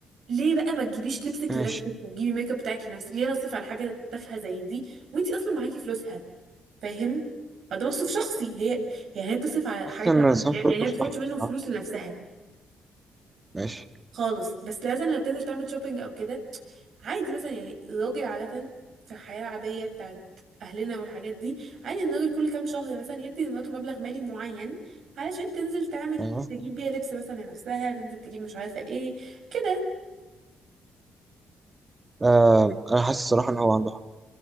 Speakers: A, on the right (about 60°); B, on the right (about 25°).
A: ليه بقى ما تجيبيش لبسك
B: ماشي
A: لنفسك وتجيبي ميك اب بتاعك لنفسك ليه انا اصرف على حاجة تافهة زي دي وانت اصلا معاكي فلوسها فاهم فده مصروف شخصي هي يعني هي بتصرف على
B: حاسس
A: حاجات
B: ان
A: العامة
B: سام
A: يعني
B: سورتو
A: هي ما بتاخدش
B: صح
A: منه
B: بصراحه
A: فلوس لنفسها
B: ماشي
A: خالص بس لازم لما بتنزل تعمل شوبينج او كده عادي مثلا يعني الراجل عادة في الحياة العادية بتاعت أهلنا والحاجات دي عادي إن الراجل كل كام شهر مثلا يدي لمراته مبلغ مالي معين علشان تنزل تعمل
B: أيوة.
A: تجيب بيها لبس مثلا لنفسها تنزل تجيب مش عارفة ايه كده
B: آه انا حاسس الصراحه ان هو عنده حق